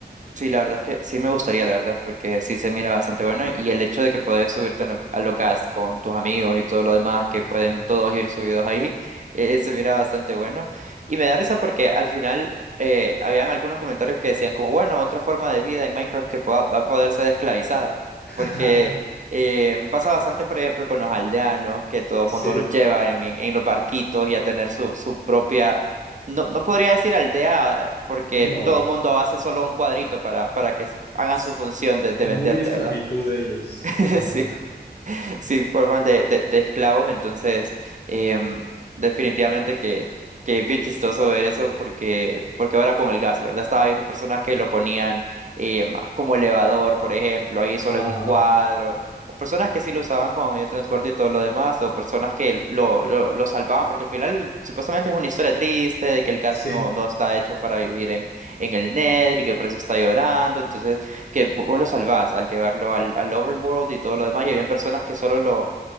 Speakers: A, on the right (about 45°); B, on the left (about 75°).
A: Sí, la verdad es que sí me gustaría, la verdad, porque sí se mira bastante bueno y el hecho de que puedes subirte en lo- a los gas con tus amigos y todo lo demás, que
B: Ajá.
A: pueden todos ir subidos ahí, <laughs> eh, se mira bastante bueno. Y me da risa porque al final eh, habían algunos comentarios que decían como, bueno, otra forma de vida en Minecraft que pueda- va a poder ser esclavizada,
B: <laughs>
A: porque eh, pasa bastante, por ejemplo, con los aldeanos, que todo el
B: Sí.
A: mundo los lleva en, en, en los barquitos y a tener su, su propia... No, no podría decir aldea porque
B: No.
A: todo el mundo hace solo un cuadrito para, para que s- hagan
B: s-
A: su función de, de
B: Muy
A: venderte,
B: esclavitud
A: ¿verdad?
B: de ellos.
A: <laughs>
B: Ajá.
A: Sí. <laughs> sí forman de, de, de esclavos, entonces em, definitivamente que, que es bien chistoso ver eso porque, porque ahora con el gas, ¿verdad? Estaba viendo personas que lo ponían em, como elevador, por ejemplo, ahí solo
B: Ajá.
A: en un cuadro, o personas que sí lo usaban como medio de transporte y todo lo demás, o personas que lo, lo, lo salvaban, porque al final supuestamente es una historia triste de que el gas
B: Sí.
A: no, no está hecho para vivir en, en el Nether y que por eso está llorando, entonces que vo- vos lo salvás al llevarlo al, al overworld y todo lo demás, y habían personas que solo lo,